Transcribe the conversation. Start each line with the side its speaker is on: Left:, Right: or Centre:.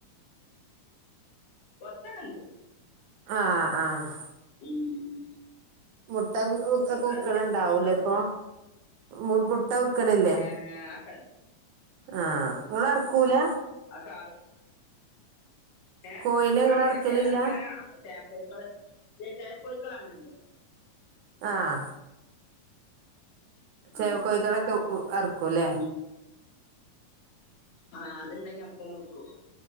Left: കൊർച്ചൊക്കണ്ട്
Right: ആഹ് ആഹ്
Left: ഉം
Right: മുട്ട വി വിക്ക്ണ്ണ്ടാകുല്ലെപ്പൊ
Left: അത് പിന്നെ ബുദ്ധിമുട്ടൊന്നുല്ല
Right: മു മു ട്ട വിക്ക്ണില്ലേ
Left: ഏഹ് ആക്കെണ്ട്
Right: ആഹ് ങ്ങളർക്കൂല
Left: ആ കാ ഏ
Right: കോയിനെ ഇങ്ങളറക്കലില്ല
Left: അങ്ങനെ ചേ അങ്ങനെ ചേക്കോയിക്കള് ഇല്ല ചേ കോയിക്കളണ് ള്ളത്
Right: ആഹ് ചേക്കോഴിക്കളൊക്കെ
Left: ഉം
Right: അർക്കുംല്ലേ
Left: ഉം ആഹ് അത്ണ്ടെങ്കി അപ്പൊ തന്നെ വെക്കും